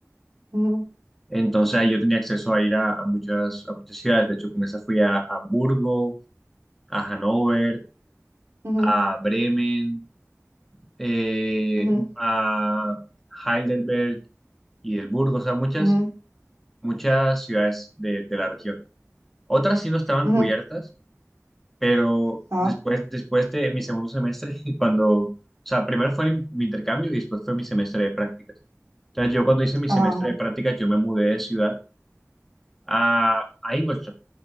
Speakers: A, on the right; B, in the centre.
A: Ujú,
B: entonces ahí yo tenía acceso a ir a, a muchas, a muchas ciudades, de hecho con esa fui a, a Hamburgo, a Hannover
A: ujú,
B: a Bremen, eh,
A: ujú,
B: a Heidelberg y el Burgo, o sea, muchas,
A: ujú,
B: muchas ciudades de, de la región. Otras sí no estaban
A: ujú.
B: cubiertas, pero
A: Ajá,
B: después, después de mi segundo semestre, <laughs> cuando, o sea, primero fue el- mi intercambio y después fue mi semestre de prácticas. Entonces yo cuando hice mi
A: ajá,
B: semestre
A: ajá.
B: de prácticas, yo me mudé de ciudad a, a Ingolstadt.